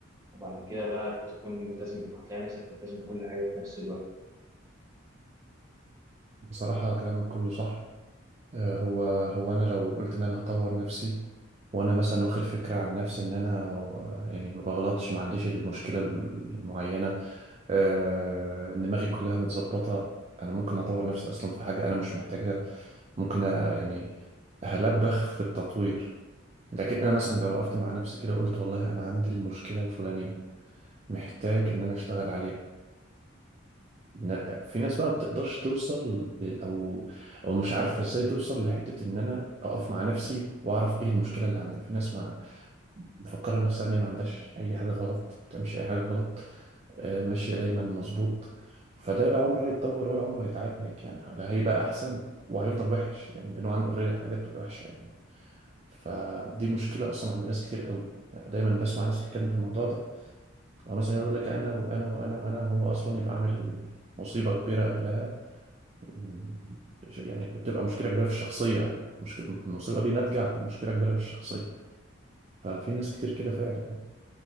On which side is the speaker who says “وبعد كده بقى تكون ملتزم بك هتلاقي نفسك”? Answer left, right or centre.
Right